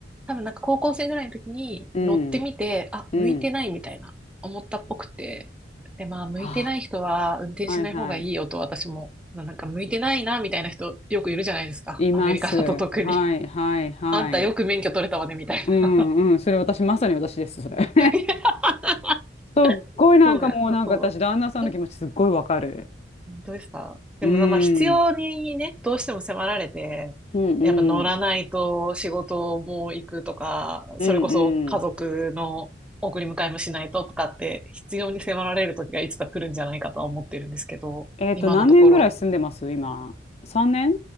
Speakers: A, in the centre; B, on the left.
A: 多分なんか高校生ぐらいの時に乗ってみて、
B: うん、
A: あ、
B: うん。
A: 向いてないみたいな、思ったっぽくて。で、まあ、向いてない人は運転しない方がいいよと私も、
B: はあ、はいは
A: ななんか向いてないな、みたいな人よくいるじゃないですか。
B: い。います。
A: アメリカだと特に。
B: はいはいはい。
A: <laughs> あんたよく免許取れたわね、みたいな。
B: うんうん。それ私、まさに私です、それ。<laughs>
A: <laughs>
B: すっごいなんかもうなんか私、
A: そうなんです。そう。
B: 旦那さんの気持ちすっごいわかる。
A: どうですかでも、
B: うん。
A: まあ、必要にね、どうしても迫られて、
B: うんうん。
A: やっぱ乗らないと仕事も行くとか、それこそ家族の送り迎えもしないととかって、
B: うんうん。
A: 必要に迫られる時がいつか来るんじゃないかとは思ってるんですけど、
B: えっと、
A: 今のところ。
B: 何年ぐらい住んでます今。3年